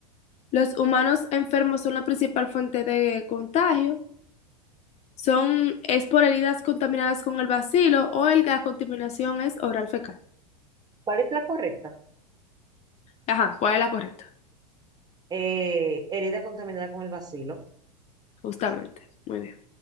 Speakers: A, on the left; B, on the right.
A: Los humanos enfermos son la principal fuente de contagio. Son, es por heridas contaminadas con el bacilo o el, la contaminación es oral fecal.
B: ¿Cuál es la correcta?
A: Ajá, ¿cuál es la correcta?
B: Eh, herida contaminada con el bacilo.
A: Justamente. Muy bien.